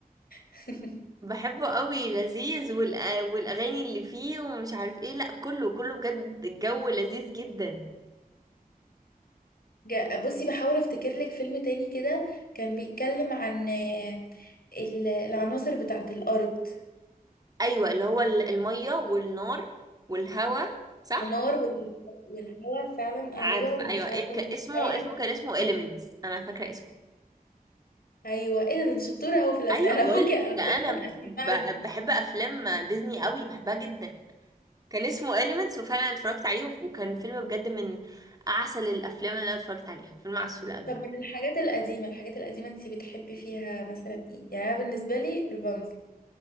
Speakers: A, on the left; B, on the right.
A: <laughs>
B: بحبه قوي لذيذ والأ... والاغاني اللي فيه ومش عارف ايه لا كله كله بجد الجو لذيذ جدا
A: جا- بصي بحاول افتكر لك فيلم تاني كده كان بيتكلم عن آه، ال- العناصر بتاعه الارض
B: ايوه اللي هو ال- الميه والنار والهوا صح
A: النار وال- والهواء فعلا
B: عارفه
A: ايوه ومش
B: ايوه
A: عارفه
B: إيه ك...
A: والسحاب
B: اسمه اسمه كان
A: والحاجات
B: اسمه Elements
A: دي.
B: انا فاكره اسمه
A: ايوه ايه ده ده أنت شطوره اهو في الاسماء
B: ايوه
A: <laughs> انا
B: بقول
A: ممكن
B: لك
A: انا بجد
B: ده انا
A: الاسماء
B: ب... بحب افلام ديزني قوي بحبها جدا كان اسمه Elements وفعلا اتفرجت عليه وكان فيلم بجد من اعسل الافلام اللي انا اتفرجت عليها فيلم عسول قوي
A: طب من الحاجات القديمة الحاجات القديمة انتي بتحبي فيها مثلا ايه يعني أنا بالنسبة لي رابنزل